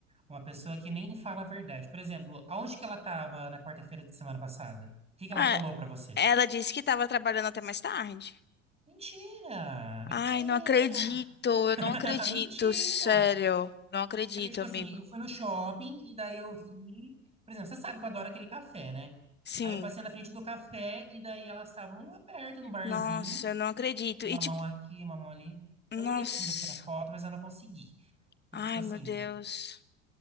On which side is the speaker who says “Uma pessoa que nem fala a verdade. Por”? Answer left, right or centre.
Right